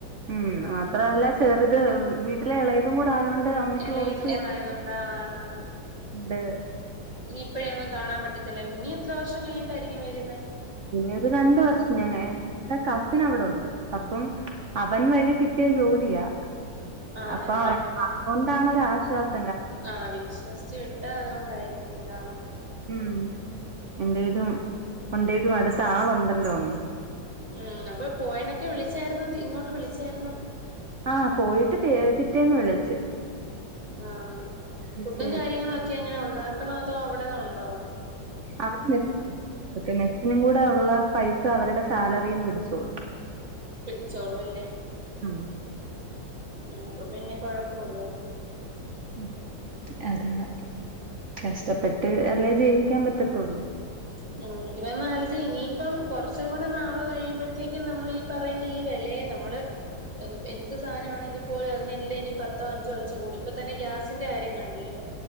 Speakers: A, on the right; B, on the right.
A: ഉം മാത്രല്ല ചെറുത് വി ട്ടിലെ എളേതും കൂടെ ആയോണ്ട് അമ്മയ്ക്ക്
B: ഇളേ
A: കൊറച്ച്
B: ഇതും കൂടെ ആയതുകൊണ്ട് ആ ആണാണ്
A: ണ്ട്
B: ഇനി ഇപ്പഴൊന്നും കാണാൻ പറ്റത്തില്ലല്ലോ ഇനി എത്ര വർഷം കഴിഞ്ഞിട്ടായിരിക്കും വെരുന്നേ
A: ഇനി ഒരു രണ്ട് വർഷം ഞങേ ളുടെ കസിൻ അവിടെ ഉണ്ട് അപ്പം അവൻ വഴി കിട്ടിയ ജോലിയാ
B: ആണല്ലേ
A: അപ്പൊ അതുകൊണ്ടാണൊരാശ്വാസം
B: ആ വിശ്വസിച്ച് വിട്ട അതോണ്ടായിരിക്കുല്ലെ
A: ഉം ന്തേലും ഉണ്ടേലും അടുത്താളുണ്ടല്ലോ ഒന്ന്
B: ഉം അപ്പൊ പോയണൊക്കെ വിളിച്ചായിരുന്നോ ഇങ്ങോട്ട് വിളിച്ചായിരുന്നോ
A: ആ പോയിട്ട് പി പിറ്റേന്ന് വിളിച്ച്
B: ആ
A: വിളിച്ച്
B: ഫുഡും കാര്യങ്ങളൊക്കെ എങ്ങനെ ഉണ്ടാക്കണോ അതോ അവിടെന്നൊണ്ടോ
A: <inaudible> അവിടെ മെസ്സുണ്ട് അവർക്ക് മെസ്സിനും കൂടെ ഒള്ളെ പൈസ അവരുടെ സാലറിന്ന് പിടിച്ചോളും
B: പിടിച്ചോളുംല്ലേ
A: ഉം
B: അ അപ്പൊ പിന്നെ കൊഴപ്പുല്ലല്ലോ
A: ഉം അതാ കഷ്ടപ്പെട്ട് അല്ലേ ജീവിക്കാൻ പറ്റത്തൊള്ളൂ
B: <unintelligible> ഇനിയിപ്പം കൊറച്ചും കൂടെ നാളെ കഴിയുമ്പോഴത്തേക്കും നമ്മളീ പറയുന്ന ഈ വെലയെ നമ്മള് എന് എന്ത് സാനാണെങ്കി പോലും അതിനെല്ലെനി പത്തോ അഞ്ചോ വെച്ച് കൂടും ഇപ്പ തന്നെ ഗ്യാസിന്റെ കാര്യം കണ്ടില്ലെ